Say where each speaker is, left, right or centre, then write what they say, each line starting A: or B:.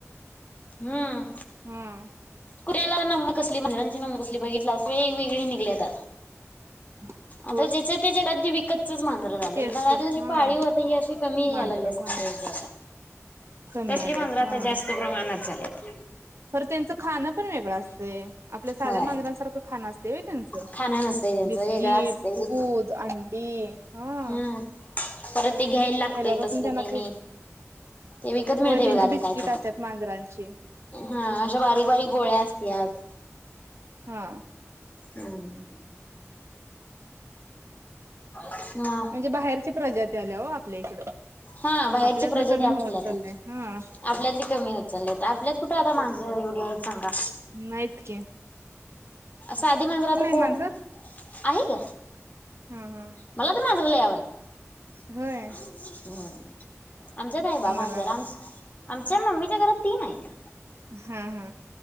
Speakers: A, on the left; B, on the right.
A: हम्म
B: हं
A: कुऱ्यालाला ना कसली म्हणरांज म् कसली बघितला अस. वेगवेगळी निघल्यातात.
B: <inaudible>
A: आता ज्याच्या त्याच्या अगदी विकतचच मांजर झालंय
B: केस
A: घरातलं
B: हा
A: जी पाळी होत ही अशी कमी
B: मांजर
A: याला लागली असं
B: हा
A: म्हटजे आता
B: <inaudible> कमी
A: तसली
B: आल्यात
A: मांजरता
B: हा
A: जास्त प्रमाणात झालीत.
B: खरं त्यांचं खाणं पण वेगळं आपल्या साध्या
A: होय
B: मांजरांसारखं खाणं असते त्यांचं.
A: खाणं नसतंय त्यांचं
B: बिस्किट
A: वेगळं असतंय
B: दूध
A: ते
B: अंडी हा.
A: हम्म परत ते घ्यायला लागतय
B: पहिल्यापासून
A: तसल
B: त्यांना
A: तेनी
B: ते
A: ते विकत
B: होय
A: मिळते
B: त्यांची
A: बघा ते
B: बिस्किट
A: काय टे
B: असतात मांजरांची
A: हा अशा बारीक बारीक गोळ्या असतत.
B: हा.
A: हम्म. हा
B: म्हणजे बाहेरची प्रजाती आल्या हो आपल्या इकडं.
A: हा बाहेरची
B: आपल्यातलं
A: प्रजाती
B: कमी
A: आपल्यात
B: होत चाललंय हा
A: आपल्यातली कमी होत चालली आपल्यात कुठे आता मांजर पुडे हायत सांगा.
B: नाइतकी.
A: साधी मांजर आता कोण.
B: मांजर
A: आहे का
B: हा हा
A: मला तर मांजरआवडत्यात.
B: होय
A: हम्म आमच्यात हाई
B: मला
A: बा मांजर
B: नाही
A: आम आमच्या मम्मीच्या घरात तीन हायत.
B: हा हा